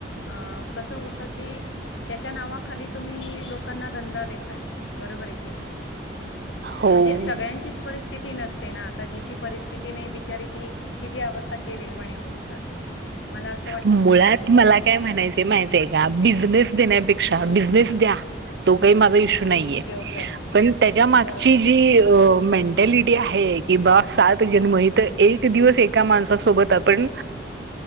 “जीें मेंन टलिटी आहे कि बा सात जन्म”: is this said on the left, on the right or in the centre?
Right